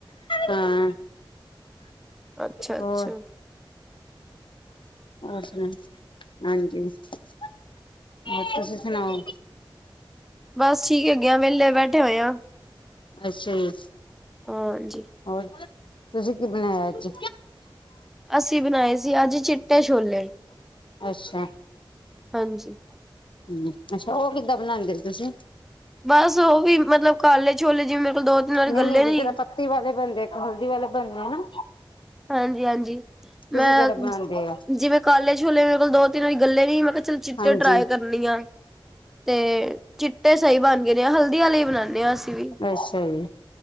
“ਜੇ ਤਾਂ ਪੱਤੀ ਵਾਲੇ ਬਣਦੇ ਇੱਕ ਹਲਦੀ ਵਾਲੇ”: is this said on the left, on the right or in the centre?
Left